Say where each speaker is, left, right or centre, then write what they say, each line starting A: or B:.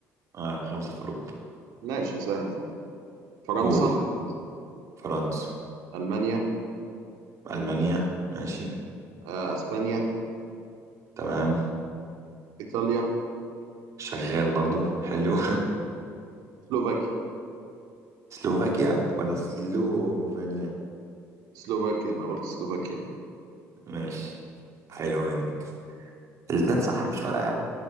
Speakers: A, on the right; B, on the right.
A: اه خمسة في اوروبا
B: ماشي سهلة فرنسا
A: قول فرنسا
B: ألمانيا
A: المانيا ماشي
B: آه، أسبانيا
A: تمام
B: إيطاليا
A: شغال برضو حلو
B: سلوفاكيا
A: <laughs> سلوفاكيا ولا سلوفينيا
B: مم. سلوفاكيا أنا قلت سلوفاكيا
A: ماشي حلوة منك الاتنين صح مش فارقة يعني